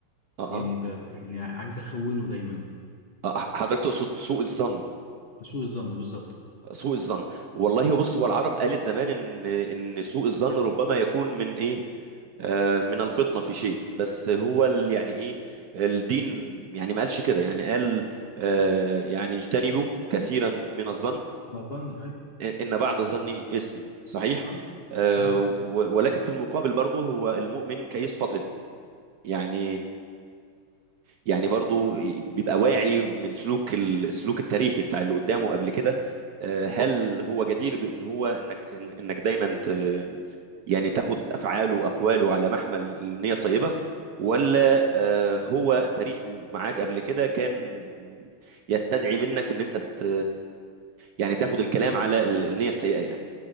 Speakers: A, on the right; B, on the left.
A: اه
B: يعني
A: اه
B: ب... ب- يعني عايز اخونه دايما
A: آه، حضرتك تقصد سوء الظن
B: بسوء الظن بالظبط
A: سوء الظن والله بص هو العرب قالت زمان ان ان سوء الظن ربما يكون من ايه آه، من الفطنة في شيء بس هو ال- يعني ايه الدين يعني ما قالش كده يعني قال آه، يعني اجتنبوا كثيرا من الظن
B: ظني ايوه
A: ان بعد الظن اسم صحيح
B: اه
A: آه،
B: صحيح
A: و- ولكن في المقابل برضه هو المؤمن كيس فطن يعني يعني برضو بيبقى واعي من سلوك ال- السلوك التاريخي بتاع اللي قدامه قبل كده آه، هل هو جدير بان هو انك إن- انك دايما ت يعني تاخد افعاله واقواله على محمل النية الطيبة ولا آه، هو تاريخه معاك قبل كده كان يستدعي منك ان انت ت يعني تاخد الكلام على ال- النية السيئة يعني